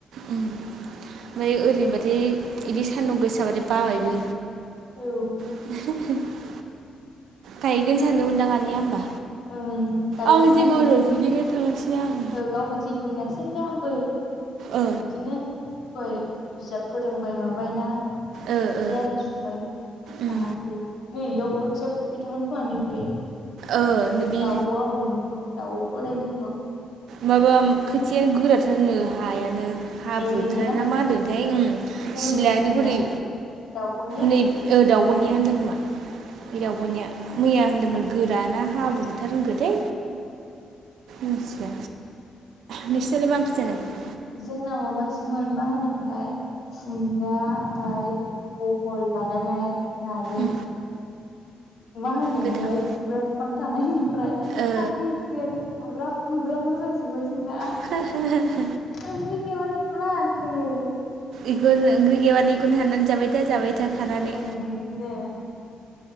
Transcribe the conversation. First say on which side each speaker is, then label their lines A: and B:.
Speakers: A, on the right (about 80°); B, on the left (about 65°).
A: उम ओमफ्राय ओरैनोबाथाय बिदि सान्दुं गोसाबाथाय बाबायबो।
B: औ
A: <unintelligible> गायगोन सानदोंमोनदां आनैआ होमबा
B: ओं गायगोन
A: आं
B: सानदोंमोन
A: जेबो होनहरफिनिखाय थांआसै आं।
B: ओ गावबो जेबो होनसै ओमफ्राय आंबो बिदिनो
A: ओ
B: दहाय बिजाब फोरोंबाय माबायना
A: ओ
B: जि
A: ओ
B: आरि सुबाय
A: उम
B: थाङासै नै इयाव खोथिया फुफैदोंमोन खोमा नै बे
A: ओ नैबे
B: दावब' आबौनिखौ दाउब' बोराइनिखौ
A: माबा खोथियानो गोराथारनो हायानो हाब्रुथारना
B: ए नैबेना
A: मा होनदोंथाय उम
B: बबे
A: सिलानिख्रुइ
B: मोनसेनिया दाउब'निया
A: नै ओ दावबनिया होनदों खोमा बे दाउबनिया मैया होनदोंमोन गोराना हाब्रुथार होनखोथाय मिथिला नोंसिनालाय मा ओंख्रि जानाय मोन?
B: जोंना मबासोमोन मा होनोमोनलाय खुमब्रा ओमफ्राय बहल लागायनाय नाजों
A: उम
B: मा होनो
A: गोथाव
B: न'आव खुमब्रा बिफां थानायनिफ्राय खालि
A: ओ
B: ओंख्रियानो खुमब्रा खुमब्राल' जाजोब्बाय जोंना
A: <unintelligible>
B: ओंख्रि गैयाबानो इखौल' हानखायो
A: इखौनो ओंख्रि गैयाबानो बेखौनो हाननानै जाबाय था जाबाय था खानानै
B: उम बिदिनो